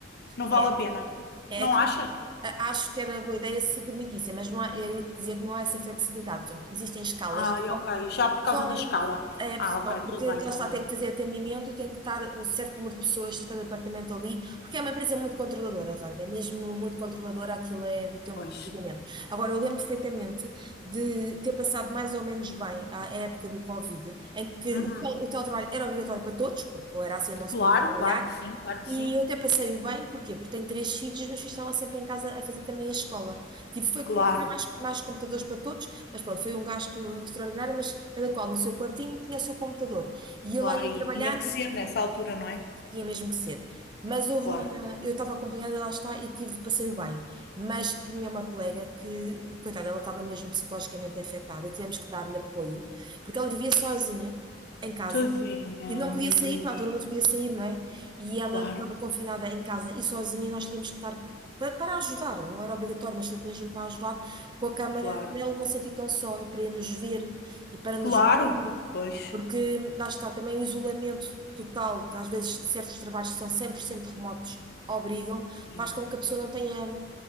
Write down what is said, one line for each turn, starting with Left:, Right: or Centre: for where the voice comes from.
Left: não vale
Right: é
Left: a pena. Não
Right: É que,
Left: achas?
Right: a- acho que era boa ideia se permitissem, mas não há, eu ia te dizer que não há essa flexibilidade. Portanto, existem escalas
Left: Ai,
Right: que são,
Left: ok. Já por causa
Right: são,
Left: da escala.
Right: é,
Left: Ah,
Right: são-
Left: ok,
Right: porque
Left: tudo bem,
Right: lá
Left: tudo
Right: está,
Left: bem.
Right: tem que fazer atendimento e tem que estar certo número de pessoas de cada apartamento ali, porque é uma empresa muito controladora, Wanda, é mesmo muito controladora, aquilo é do tempo
Left: Pois.
Right: do antigamente. Agora, eu lembro perfeitamente de ter passado mais ou menos bem a época do Covid, em que
Left: Uhum.
Right: o, tel- o teletrabalho era obrigatório para todos, porque ou era assim ou não se
Left: Claro,
Right: podia trabalhar,
Left: claro que sim, claro que
Right: e
Left: sim.
Right: eu até passei o bem, porquê? Porque tenho três filhos e os meus filhos estavam sempre em casa a fazer também a escola. Tive foi que
Left: Claro,
Right: comprar mais, mais computadores para todos, mas pronto, foi um gasto eh, extraordinário, mas cada qual no seu quartinho tinha o seu computador. E eu
Left: claro.
Right: lá ia
Left: E
Right: trabalhar,
Left: tinha que ser
Right: e
Left: nessa altura, não é?
Right: tinha mesmo que ser. Mas houve
Left: Claro.
Right: uma, eu estava acompanhada, lá está, e tive, passei o bem. Mas tinha uma colega que, coitada, ela estava mesmo psicologicamente afetada, tivemos que dar-lhe apoio, porque ela vivia sozinha em casa
Left: Tadinha,
Right: e não
Left: meu
Right: podia
Left: Deus.
Right: sair, para a altura não se podia sair, não é? E ela
Left: Claro,
Right: estava confinada em casa e sozinha, e nós tínhamos que estar pa- para, ajudar, não era obrigatório, mas foi mesmo para ajudar com a câmara,
Left: claro.
Right: para ela não se sentir tão só, e para nos ver e para nos
Left: Claro,
Right: ouvir,
Left: pois.
Right: porque lá está também o isolamento total, que às vezes certos trabalhos que são 100% remotos obrigam,
Left: Sim.
Right: faz com que a pessoa não tenha